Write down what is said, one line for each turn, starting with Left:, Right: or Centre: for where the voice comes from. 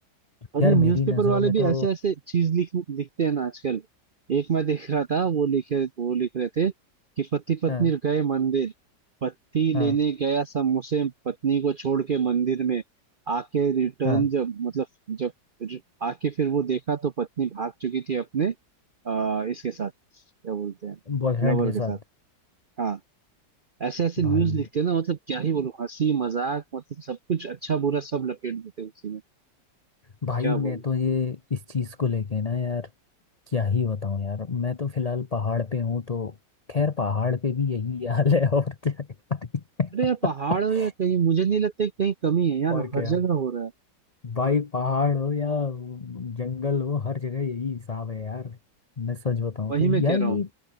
Right: और
Left: यार
Right: ये न्यूज़पेपर
Left: मेरी नज़रों
Right: वाले
Left: में
Right: भी
Left: तो
Right: ऐसे ऐसे चीज लिख लिखते हैं ना आजकल एक मैं देख रहा था वो लिखे वो लिख रहे थे कि पति पत्नी
Left: हाँ
Right: गए मंदिर पति
Left: हाँ
Right: लेने गया समोसे पत्नी को छोड़ के मंदिर में आके रिटर्न
Left: हाँ
Right: जब मतलब जब रि- आके फिर वो देखा तो पत्नी भाग चुकी थी अपने आ, इसके साथ क्या बोलते हैं
Left: बॉयफ्रेंड
Right: लवर
Left: के
Right: के
Left: साथ
Right: साथ हाँ ऐसे ऐसे
Left: भाई
Right: न्यूज लिखते हैं ना मतलब क्या ही बोलूं हंसी मजाक मतलब सब कुछ अच्छा बुरा सब लपेट देते हैं उसी में
Left: भाई
Right: क्या बोलूं।
Left: मैं तो ये इस चीज़ को लेके ना यार क्या ही बताऊँ यार मैं तो फिलहाल पहाड़ पे हूँ तो खैर पहाड़ पे भी यही <laughs> हाल है और क्या है?
Right: अरे यार पहाड़ हो या कहीं
Left: <laughs>
Right: मुझे नहीं लगता कि कहीं कमी है यार
Left: और
Right: हर
Left: क्या
Right: जगह हो रहा है
Left: भाई पहाड़ हो या जंगल हो हर जगह यही हिसाब है यार मैं सच बताऊं
Right: वही
Left: तो
Right: मैं कह
Left: यार
Right: रहा
Left: ये
Right: हूँ